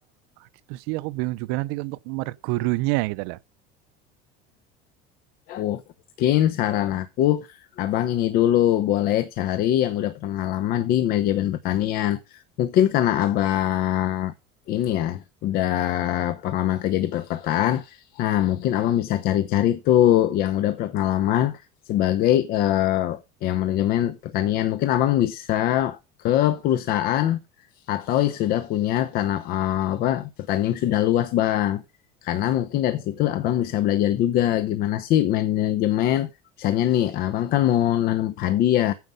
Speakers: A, on the right; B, on the left.
A: gitu sih aku bingung juga nanti untuk mergurunya gitu loh.
B: Mungkin saran aku, abang ini dulu boleh cari yang udah pengalaman di manajemen pertanian. Mungkin karena abang ini ya, udah pengalaman kerja di perkotaan. Nah, mungkin abang bisa cari-cari tuh yang udah pengalaman sebagai eh, yang manajemen pertanian. Mungkin abang bisa ke perusahaan atau sudah punya tanah eh, apa pertanian yang sudah luas, bang. Karena mungkin dari situ abang bisa belajar juga gimana sih manajemen. Misalnya nih, abang kan mau nanam padi ya.